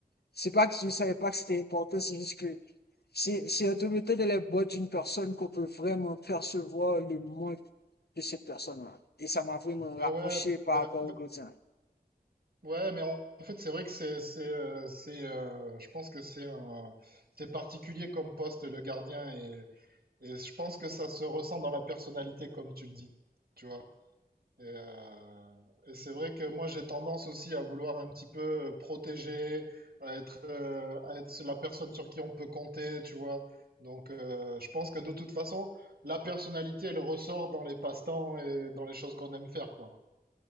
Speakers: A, on the left (about 75°); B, on the right (about 70°).
A: c'est pas que je savais pas que c'était important, c'est juste que c'est, c'est un de la boîte d'une personne qu'on peut vraiment percevoir le manque de cette personne-là. Et ça m'a vraiment
B: Ben
A: rapproché
B: ouais,
A: par
B: ben,
A: rapport au gardien.
B: Ouais, mais en en fait, c'est vrai que c'est, c'est, euh, c'est, euh, je pense que c'est un, c'est particulier comme poste le gardien et, et je pense que ça se ressent dans la personnalité comme tu le dis, tu vois. Et, euh, et c'est vrai que moi j'ai tendance aussi à vouloir un petit peu euh, protéger, à être, euh, à être la personne sur qui on peut compter, tu vois. Donc, euh, je pense que de toute façon, la personnalité elle ressort dans les passe-temps et dans les choses qu'on aime faire, quoi.